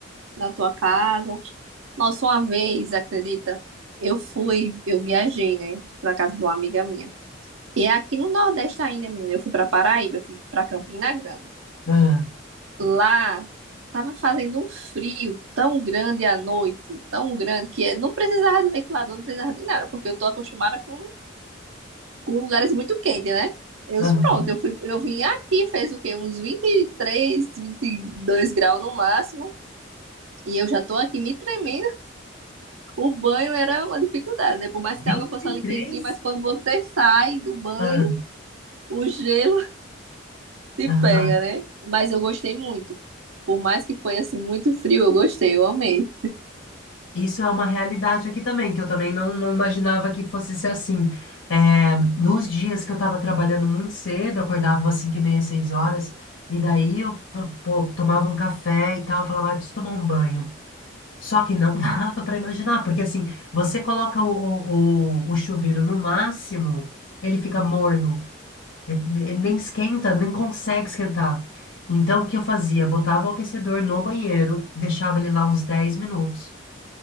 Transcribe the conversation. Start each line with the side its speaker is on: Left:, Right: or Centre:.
Right: Na tua casa. Nossa, uma vez, acredita? Eu fui, eu viajei, né? Pra casa de uma amiga minha. E é aqui no Nordeste ainda, menina, eu fui pra Paraíba, eu fui pra Campina Grande.
Left: Ah,
Right: Lá tava fazendo um frio tão grande à noite, tão grande, que eh, não precisava de ventilador, não precisava de nada, porque eu tô acostumada com, com lugares muito quentes, né? Eu
Left: aham.
Right: disse, pronto, eu fui, eu vim aqui, fez o quê? Uns 23, 22 graus no máximo, e eu já tô aqui me tremendo. O banho era uma dificuldade, né? Por mais que
Left: vinte
Right: a água fosse ali
Left: e três
Right: quentinha, mas quando você sai do banho,
Left: Ah,
Right: o gelo se
Left: aham.
Right: pega, né? Mas eu gostei muito. Por mais que foi assim muito frio, eu gostei, eu amei.
Left: Isso é uma realidade aqui também, que eu também não, não imaginava que fosse ser assim. É, nos dias que eu estava trabalhando muito cedo, acordava umas 5 e meia, 6 horas, e daí eu fa- pô, tomava um café e tal, falava, ah, preciso tomar um banho. Só que não <laughs> dava para imaginar, porque assim, você coloca o, o, o, o chuveiro no máximo, ele fica morno, ele ele nem esquenta, nem consegue esquentar. Então, o que eu fazia? Botava o aquecedor no banheiro, deixava ele lá uns 10 minutos.